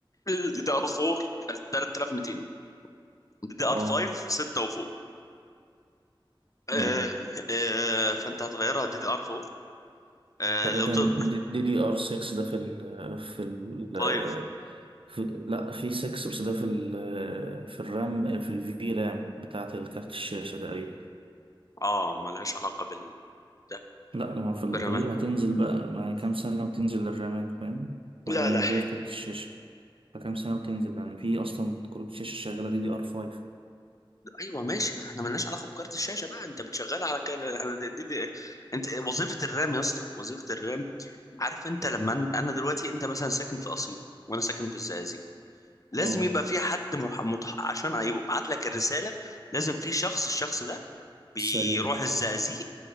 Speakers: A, on the left; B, on the right.
A: الدي دي ار 4 3200 دي دي ار
B: اه
A: 5 6 وفوق آه
B: نعم.
A: آه فانت هتغيرها دي دي ار 4 آه
B: تقريبا
A: لو تقدر
B: دي دي ار 6 ده في ال في ال
A: 5
B: في لا في 6 بس ده في ال في الرام في الفي رام بتاعة الكارت الشاشة تقريبا
A: اه ملهاش علاقه بال ده
B: لا ما في الغالب
A: برمان
B: هتنزل بقى ما هي كام سنة وتنزل للرامات فاهم يعني
A: لا
B: هي
A: لا
B: موجودة في كارت الشاشة فكام سنة وتنزل يعني في أصلا كروت الشاشة شغالة دي دي ار 5
A: ايوه ماشي ما احنا ملناش علاقه بكارت الشاشه بقى انت بتشغلها على كده على دي دي دي. انت وظيفه الرام يا اسطى وظيفه الرام عارف انت لما أن- انا دلوقتي انت مثلا ساكن في اسيوط وانا ساكن في الزقازيق لازم
B: اه
A: يبقى في حد مح... متح... عشان يبعت لك الرساله لازم في شخص الشخص ده بيروح
B: سريع
A: الزقازيق